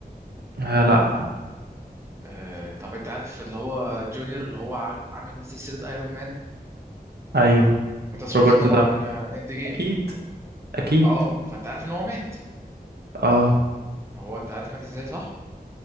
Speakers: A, on the right; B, on the right.
A: آه، لا
B: آه طب انت عارف اللي هو جونيور اللي هو ع- عامل سلسله ايرون مان
A: ايوه
B: انت شفت
A: روبرت
B: طبعا
A: ده
B: آه، اند جيم
A: اكيد اكيد
B: اه فانت عارف ان هو مات
A: اه
B: ما هو انت عارف مات ازاي صح